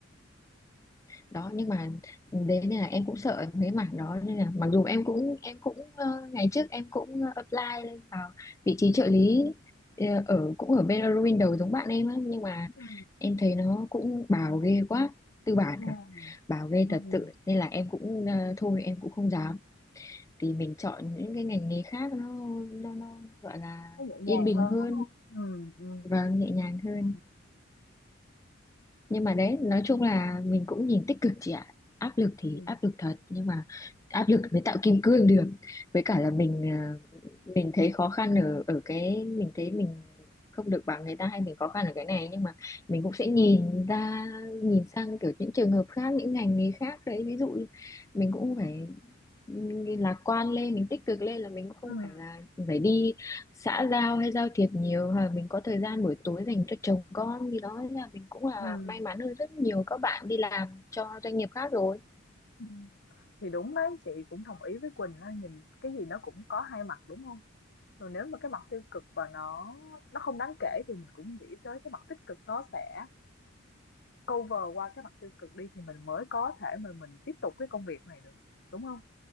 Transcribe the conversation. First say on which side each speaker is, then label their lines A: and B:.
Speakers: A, on the left (about 15°); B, on the left (about 55°).
A: đó nhưng mà đấy nên là em cũng sợ mấy mảng đó nên là mặc dù em cũng em cũng ờ, ngày trước em cũng ờ, apply lên vào vị trí trợ lý ờ, ở cũng ở bên Eurowindow giống bạn em á nhưng mà
B: ừ
A: em thấy nó cũng bào ghê quá tư bản
B: ừ
A: à bào ghê
B: ừ
A: thật sự nên là em cũng ờ, thôi em cũng không dám thì mình chọn những cái ngành nghề khác nó nó nó gọi là
B: nó nhẹ
A: yên
B: nhàng
A: bình
B: hơn
A: hơn
B: đúng không ừ ừ
A: và nhẹ nhàng hơn
B: ừ
A: nhưng mà đấy nói chung là mình cũng nhìn tích cực chị ạ áp lực thì
B: ừ
A: áp lực thật nhưng mà áp lực mới tạo kim cương được với cả là mình à, mình thấy khó khăn ở ở cái mình thấy mình không được bằng người ta hay mình khó khăn ở cái này nhưng mà mình cũng sẽ nhìn ra nhìn sang kiểu những trường hợp khác những ngành nghề khác đấy ví dụ mình cũng phải ừ, lạc quan lên mình tích cực lên là mình cũng không
B: Ừm,
A: phải là phải đi xã giao hay giao thiệp nhiều hoặc là mình có thời gian buổi tối dành cho chồng con thì đó là mình cũng là
B: ừm.
A: may mắn hơn rất nhiều các bạn đi làm cho doanh nghiệp khác rồi
B: Ừm. Thì đúng đấy, chị cũng đồng ý với Quỳnh á, nhìn cái gì nó cũng có hai mặt, đúng không Rồi nếu mà cái mặt tiêu cực và nó nó không đáng kể thì mình cũng nghĩ tới cái mặt tích cực nó sẽ cover qua cái mặt tiêu cực đi thì mình mới có thể mà mình tiếp tục cái công việc này được, đúng không